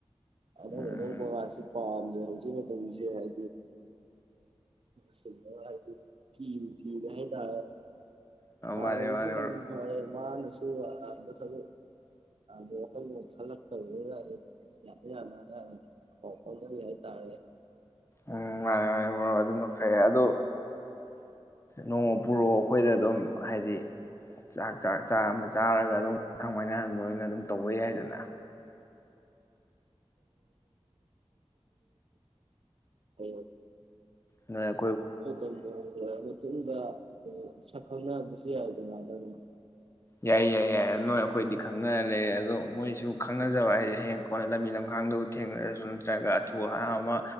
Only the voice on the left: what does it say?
ꯎꯝ
ꯃꯥꯅꯦ
ꯃꯥꯅꯦ
ꯃꯔꯨꯞ
ꯎꯝ ꯃꯥꯔꯦ ꯃꯥꯔꯦ ꯃꯔ ꯑꯗꯨꯅ ꯐꯩ ꯑꯗꯨ ꯅꯣꯡꯃ ꯄꯨꯔꯛꯑꯣ ꯑꯩꯈꯣꯏꯗ ꯑꯗꯨꯝ ꯍꯥꯏꯗꯤ ꯆꯥꯛ ꯆꯥꯛ ꯆꯥ ꯑꯃ ꯆꯥꯔꯒ ꯑꯗꯨꯝ ꯈꯥꯡꯃꯥꯏꯅꯍꯟꯕ ꯑꯣꯏꯅ ꯑꯗꯨꯝ ꯇꯧꯕ ꯌꯥꯏꯗꯅ
ꯑ
ꯌꯥꯏ ꯌꯥꯏ ꯌꯥꯏ ꯅꯣꯏ ꯑꯩꯈꯣꯏꯗꯤ ꯈꯪꯅꯔ ꯂꯩꯔꯦ ꯑꯗꯣ ꯃꯣꯏꯁꯨ ꯈꯪꯅꯖꯕ ꯍꯥꯏꯁꯦ ꯍꯌꯦꯡ ꯀꯣꯟꯅ ꯂꯝꯕꯤ ꯂꯝꯈꯥꯡꯗꯕꯨ ꯊꯦꯡꯅꯔꯁꯨ ꯅꯠꯇ꯭ꯔꯒ ꯑꯊꯨ ꯑꯍꯥꯡꯕ ꯑꯃ